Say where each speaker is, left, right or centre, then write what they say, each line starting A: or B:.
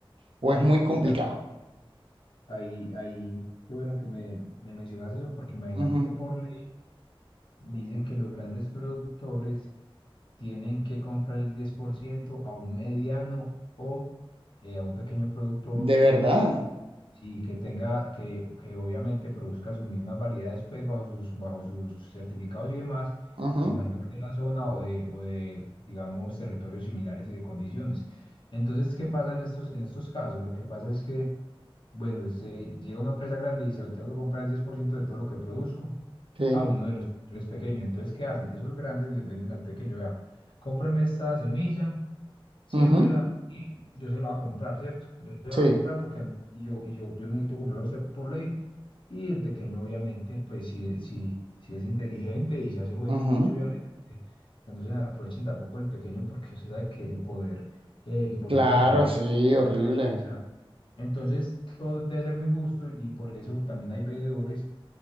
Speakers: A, on the right; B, on the left.
A: O es muy complicado.
B: claro. Ahí, ahí, qué bueno que me, me mencionas eso, porque imagínate
A: Ujú.
B: que por ley dicen que los grandes productores tienen que comprar el 10% a un mediano o eh, a un pequeño productor
A: De verdad.
B: Sí, que tenga, que, que obviamente produzca sus mismas variedades, pues bajo sus, bajo sus certificados y demás,
A: Ujú.
B: me imagino que de la zona o de, o de, digamos, territorios similares y de condiciones. Entonces, ¿qué pasa en estos, en estos casos? Lo que pasa es que, bueno, se llega una empresa grande y dice, "Yo tengo que comprar el 10% de todo lo que produzco
A: Sí.
B: a uno de los productores pequeños. Entonces, ¿qué hacen? Esos grandes les venden al pequeño, vea, cómpreme esta semilla siémbrela
A: Ujú.
B: y yo se la voy a comprar, ¿cierto? Yo se la
A: Sí.
B: voy a comprar porque a mí- yo, y yo, yo necesito comprarla a usted por ley. Y el pequeño, obviamente, pues si, si, si es inteligente y se hace buen
A: Ujú.
B: negocio, obviamente, porque que no se aprovechen tampoco del pequeño, porque usted sabe que el poder eh, involucra
A: Claro,
B: también eso,
A: sí, horrible.
B: van a aprovechar. Entonces, todo debe ser muy justo y por eso también hay veedores